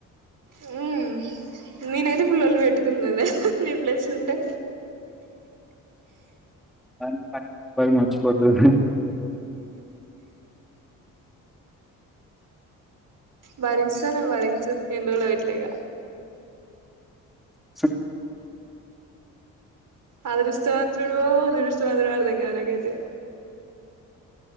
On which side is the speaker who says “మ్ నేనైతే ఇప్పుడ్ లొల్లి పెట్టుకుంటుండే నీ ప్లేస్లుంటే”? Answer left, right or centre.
Right